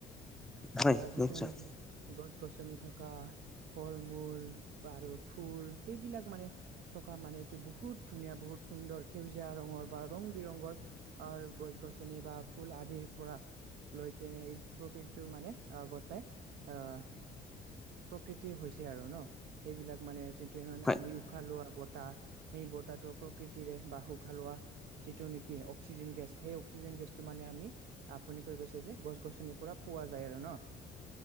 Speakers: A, in the centre; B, on the right (about 70°).
A: হয়
B: অ' যিটো
A: নিশ্চয়
B: নেকি গছ-গছনি থকা ফল-মূল আৰু ফুল সেইবিলাক মানে থকা মানে এইটো বহুত বহুত ধুনীয়া, বহুত সুন্দৰ, সেউজীয়া ৰঙৰ বা ৰং-বিৰঙৰ গছ-গছনি বা ফুল আদিৰ পৰা লৈ কেনে এই প্ৰকৃতিটোৰ মানে আহ গতাই আহ প্ৰকৃতি হৈছে আৰু ন', সেইবিলাক মানে যিটো <unintelligible>
A: হয়
B: আমি উশাহ লোৱা ব তাহ, সেই বতাহটো প্ৰকৃতিৰে বা উশাহ লোৱা যিটো নেকি অক্সিজেন গেছ সেই অক্সিজেন গেছটো মানে আমি আপুনি কৈ গৈছে যে, গছ গছনিৰ পৰা পোৱা যায় আৰু ন'।